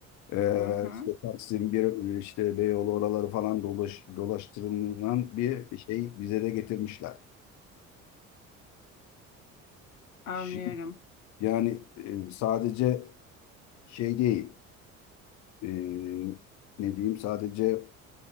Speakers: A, on the left; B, on the left.
A: Ee,
B: Hı hı,
A: işte Taksim, bir, işte Beyoğlu oraları falan dolaş, dolaştırılan bir şey bize de getirmişler.
B: anlıyorum.
A: Şimdi, yani e, sadece şey değil, e, ne diyeyim sadece